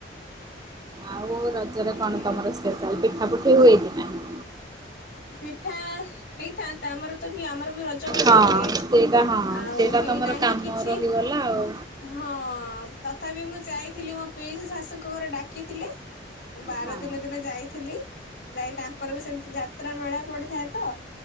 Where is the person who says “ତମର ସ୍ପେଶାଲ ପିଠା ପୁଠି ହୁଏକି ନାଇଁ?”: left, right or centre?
Right